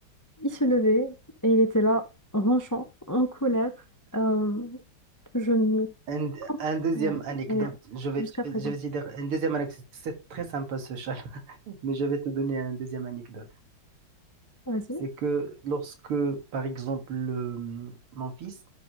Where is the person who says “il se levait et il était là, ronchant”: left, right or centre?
Left